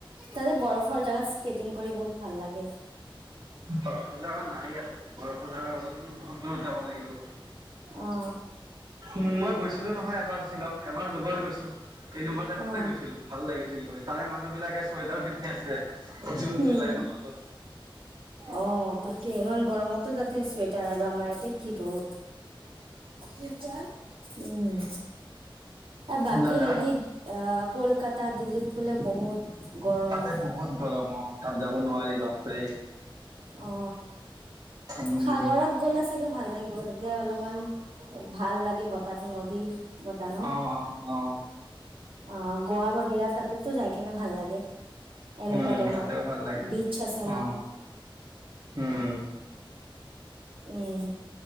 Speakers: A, on the right; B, on the right.
A: তাতে বৰফ ফৰ জেগাত স্কেটিং কৰি বহুত ভাল লাগে।
B: অ' জেগা নাই ইয়াতে। বৰফৰ জেগা গ'লে তুমি বহুত দূৰত যাব লাগিব।
A: অ
B: উম মই গৈছিলো নহয় এবাৰ শ্বিলং, এবাৰ দুবাৰ গৈছো এনেকুৱা টাইমতে
A: অ
B: গৈছিলো। ভাল লাগিছিল গৈ তাৰে মানুহ বিলাকে চুৱেটাৰ পিন্ধি আছিলে জুন
A: হম
B: জুলাই মাহতো।
A: অ' তাকে ইমান গৰমত। ত' তাতে চুৱেটা আৰু আমাৰ ইয়াতে কি ৰ'দ। দেউতা। উম। এ বাকি
B: লাডাখ
A: হেৰিত আ কলকাতা দিল্লীত বোলে বহুত গৰম।
B: তাতে বহুত গৰম অ' তাত যাব নোৱাৰিবা। তেই।
A: অ।
B: উম
A: সাগৰত গ'লে চাগে ভাল লাগিব তাতে অলপমান ভাল লাগে বতাহটো নদীৰ বতাহ ন'।
B: অ অ অ
A: অ গোৱা বাগেৰা তাতেতো যাই কেনে ভাল লাগে। এনেকুৱা
B: উম
A: টাইমত
B: তাতেও ভাল লাগে
A: বিচ আছে
B: অ
A: ন'।
B: উম।
A: উম